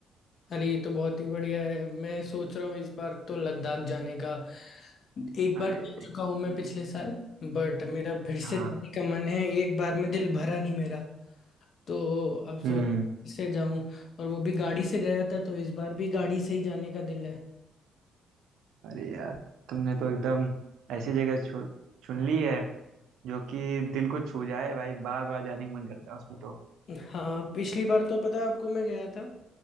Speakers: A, on the left (about 60°); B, on the right (about 80°).
A: अरे ये तो बहुत ही बढ़िया है मैं सोच रहा हूँ इस बार तो लद्दाख जाने का एक
B: अरे
A: बार जा चुका हूँ मैं पिछले साल बट मेरा फिर से
B: हाँ
A: जाने का मन है एक बार में दिल भरा नहीं मेरा तो अब
B: हम्म
A: सोच से जाऊं और वो भी गाड़ी से गया था तो इस बार भी गाड़ी से ही जाने का दिल है
B: अरे यार तुमने तो एकदम ऐसी जगह चु, चुन ली है जो कि दिल को छू जाए भाई बार बार जाने का मन करता है उसमें तो
A: हाँ पिछली बार तो पता है आपको मैं गया था